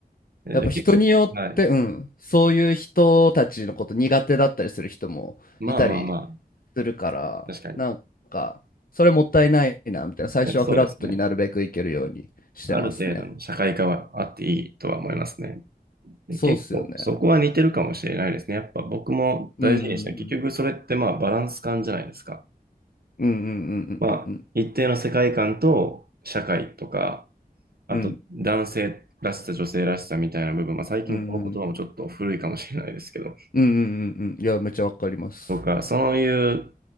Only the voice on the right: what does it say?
えじゃあ結構、
はい。
まあまあまあ、
確かに。いやそうですね。ある程度の社会化はあっていいとは思いますね。で、
結構そこは似てるかもしれないですね。やっぱ僕も大事にして、
結局それってまあバランス感じゃないですか。
まあ一定の世界観と社会とか、あと男性らしさ、
女性らしさみたいな部分、まあ最近この言葉もちょっと古いかもしれないですけど、
とか、そういう